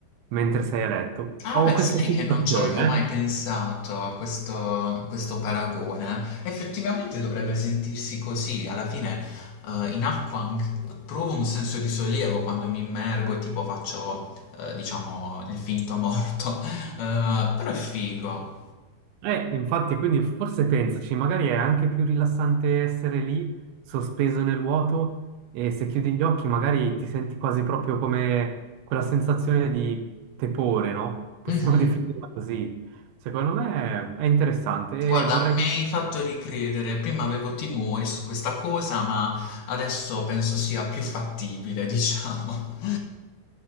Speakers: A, on the right; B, on the left.
A: mentre sei a letto.
B: Ah
A: Ho
B: beh,
A: questa
B: sai
A: sensazione,
B: che non ci avevo mai pensato
A: eh.
B: a questo, a questo paragone. Effettivamente dovrebbe sentirsi così. Alla fine, eh, in acqua an- provo un senso di sollievo quando mi immergo e tipo faccio, eh, diciamo, il finto morto. <laughs> Eh, però è figo.
A: Eh, infatti, quindi forse pensaci, magari è anche più rilassante essere lì, sospeso nel vuoto, e se chiudi gli occhi magari ti senti quasi proprio come quella sensazione di tepore, no? Possiamo
B: Mhm.
A: <laughs> definirla così. Secondo me è interessante
B: Guarda,
A: e vorrei...
B: mi hai fatto ricredere. Prima avevo timori su questa cosa, ma adesso penso sia più fattibile, <laughs> diciamo.